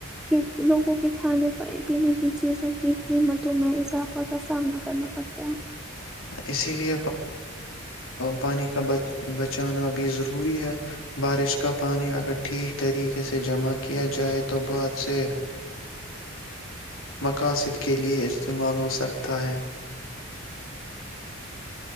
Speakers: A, in the centre; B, on the left (about 70°).
A: کے لوگوں کے کھانے پینے کی چیزوں کی قیمتوں میں اضافہ کا سامنا <inaudible>
B: اسی لے پانی کا بچانا بھی ضروری ہے بارش کا پانی اگر ٹھیک طریقے سے جمع کیا جائے تو بعد سے مقاصد کے لئے استعمال ہوسکتا ہے